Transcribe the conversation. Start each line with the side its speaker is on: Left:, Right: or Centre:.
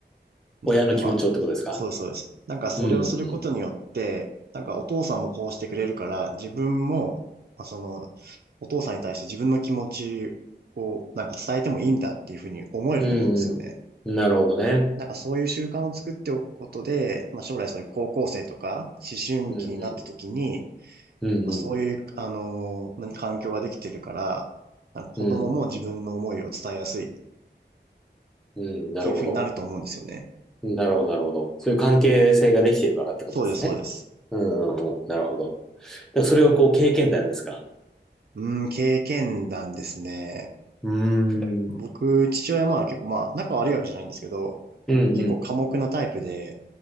Right: なまあ、
Centre: 親の気持ちをってことですか
Right: そうです、そうです。なんかそれをすることによって、
Centre: うん
Right: なんかお父さんもこうしてくれるから、自分も、まあその、お父さんに対して自分の気持ちをなんか伝えてもいいんだっていうふうに思えると思うんですよね。
Centre: うんうん。うんうん。なるほどね。
Right: なんかそういう習慣を作っておくことで、まあ将来そういう高校生とか思春期になった時に、
Centre: うんうん。うんうん。
Right: まあ、そういう、あのー何環境ができてるから、なんか子供も自分の思いを伝えやすいっ
Centre: うんうん。なるほど。
Right: ていうふうになると思うんですよね。
Centre: なるほど、なるほど。そういう関係性ができてるからってことですね。
Right: そうです、そうです。
Centre: うんうんうん。なるほど。でもそれをこう経験談ですか
Right: うん、経験談ですね。
Centre: うーん。
Right: 僕、父親、まあ結構まあ仲悪いわけじゃないんですけど、
Centre: うんうん。
Right: 結構寡黙なタイプで、